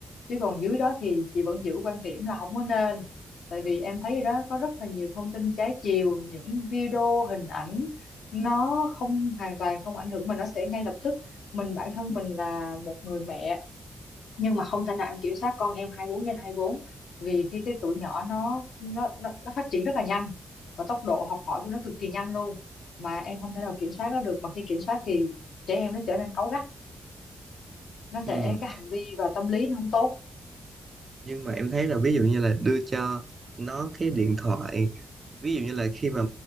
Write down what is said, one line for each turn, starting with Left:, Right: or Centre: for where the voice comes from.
Left: Chứ còn dưới đó thì chị vẫn giữ quan điểm là không có nên. Tại vì em thấy đó có rất là nhiều thông tin trái chiều, những video, hình ảnh nó không hoàn toàn không ảnh hưởng mà nó sẽ ngay lập tức mình bản thân mình là một người mẹ nhưng mà không thể nào em kiểm soát con em 24 trên 24 vì khi cái tuổi nhỏ nó nó nó, nó phát triển rất là nhanh và tốc độ học hỏi của nó cực kỳ nhanh luôn mà em không thể nào kiểm soát nó được mà khi kiểm soát thì trẻ em nó trở nên cáu gắt nó
Right: ừ.
Left: sẽ cái hành vi và tâm lý nó không tốt
Right: nhưng mà em thấy là ví dụ như là đưa cho nó cái điện thoại ví dụ như là khi mà